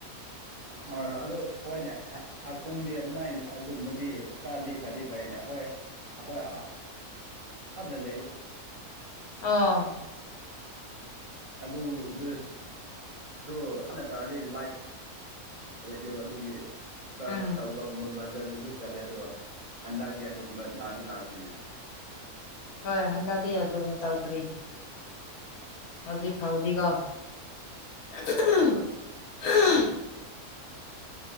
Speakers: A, on the right; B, on the left.
A: ꯍꯣꯏ ꯍꯣꯏ ꯑꯗꯨ ꯍꯣꯏꯅꯦ ꯍꯥꯀꯨꯝꯗꯤ ꯑꯗꯨꯃꯥꯏꯅ ꯑꯗꯨꯒꯨꯝꯕꯗꯤ ꯈꯔꯗꯤ ꯐꯗꯤ ꯐꯩꯅꯦ ꯑꯩꯈ‌ꯣꯏ ꯍꯣꯏ <inaudible> ꯑꯥꯗ ꯂꯩꯕ
B: ꯑꯥ
A: ꯑꯗꯨ ꯗꯨ <inaudible> ꯇꯥꯎꯔꯗꯤ ꯂꯥꯏꯠ ꯑꯣꯏꯗꯦꯕ ꯑꯗꯨꯒꯤ ꯆꯔꯆ
B: ꯎꯝ
A: ꯇꯧꯕꯒꯨꯝꯕ ꯕꯖꯔꯗꯁꯨ ꯆꯠꯂꯦ ꯑꯗ‌ꯣ ꯍꯟꯗꯛꯗꯤ ꯑꯗꯨꯒꯨꯝꯕ ꯂꯥꯛꯗꯤ ꯂꯥꯛꯇ‌ꯦꯅꯦ
B: ꯍꯣꯏ ꯍꯟꯗꯛꯗꯤ ꯑꯗꯨꯒꯨꯝꯕ ꯇꯧꯗ꯭ꯔ‌ꯦ ꯍꯧꯖꯤꯛ ꯐꯥꯎꯗꯤꯀ‌ꯣ <unintelligible>
A: ꯍꯣꯏ ꯍꯣꯏ